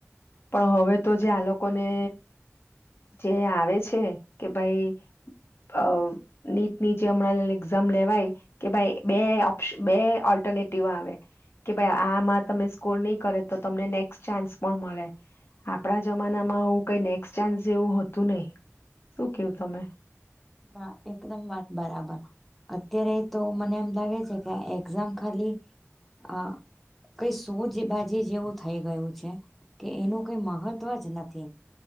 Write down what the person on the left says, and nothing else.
પણ હવે તો જે આ લોકો ને જે આવે છે કે ભાઈ અ નીટની જે હમણાં એક્ઝામ લેવાય કે ભાઈ બે ઓપ્ બે ઓલ્ટરનેટિવ આવે કે ભાઈ આમાં તમે સ્કોર નહી કરે તો તમને નેક્સ્ટ ચાન્સ પણ મળે આપણા જમાનમા હુ, કઈ નેક્સ્ટ ચાન્સ જેવું હતું નહીિ શું કેવુ તમે